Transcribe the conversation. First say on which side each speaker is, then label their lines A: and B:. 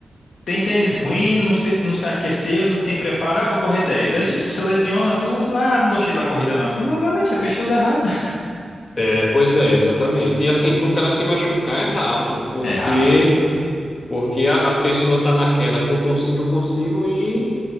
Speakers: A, on the left (about 80°); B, on the left (about 45°).
A: tem tênis ruim, não se, não se aqueceu, não tem preparo, ah, vou correr dez Aí, tipo, você lesiona tudo, ah, não gostei da corrida não. Falei, mas meu amigo, você fez tudo errado. <laughs>
B: É, pois é, exatamente. E assim, para o cara se machucar é rápido, porque
A: É rápido, pô.
B: porque a, a pessoa tá naquela que eu consigo, eu consigo e